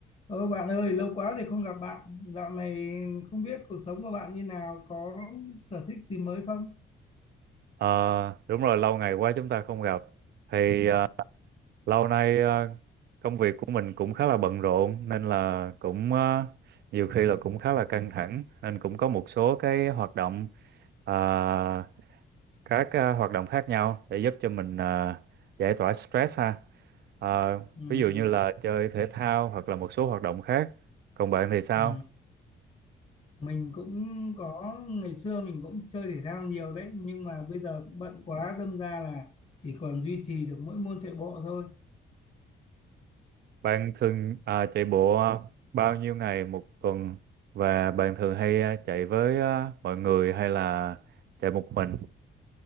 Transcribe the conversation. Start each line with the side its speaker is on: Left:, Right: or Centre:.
Left: Ơ bạn ơi, lâu quá rồi không gặp bạn. Dạo này không biết cuộc sống của bạn như nào, có sở thích gì mới không?
Right: Ờ, đúng rồi, lâu ngày quá chúng ta không gặp. Thì ờ, lâu nay ờ, công việc của mình cũng khá là bận rộn nên là cũng ờ, nhiều khi là cũng khá là căng thẳng nên cũng có một số cái hoạt động ờ, các ờ, hoạt động khác nhau để giúp cho mình ờ, giải tỏa stress ha. Ờ,
Left: Ừ,
Right: ví dụ như là chơi thể thao hoặc là một số hoạt động khác. Còn bạn thì sao?
Left: ừ. Mình cũng có, ngày xưa mình cũng chơi thể thao nhiều đấy, nhưng mà bây giờ cũng bận quá, đâm ra là chỉ còn duy trì được mỗi môn chạy bộ thôi.
Right: Bạn thường à, chạy bộ à, bao nhiêu ngày một tuần và bạn thường hay à, chạy với à, mọi người hay là chạy một mình?